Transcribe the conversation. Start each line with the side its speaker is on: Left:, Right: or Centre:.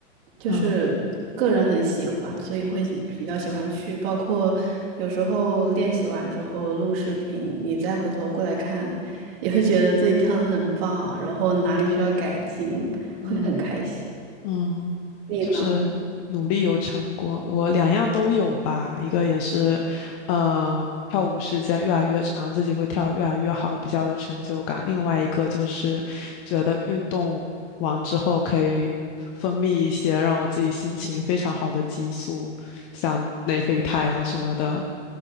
Right: 就是个人很喜欢，
Left: 嗯
Right: 所以会喜比较喜欢去。
Left: 嗯
Right: 包括有时候练习完之后录视频，你再回头过来看，也会觉得自己跳的很棒，然后哪里需要改进，
Left: 嗯。
Right: 会很开心。
Left: 嗯，
Right: 你呢？
Left: 就是努力有成果，我两样都有吧。一个也是，呃，跳舞时间越来越长，自己会跳越来越好，比较有成就感。另外一个就是觉得运动完之后可以分泌一些让我自己心情非常好的激素，像内啡肽啊什么的。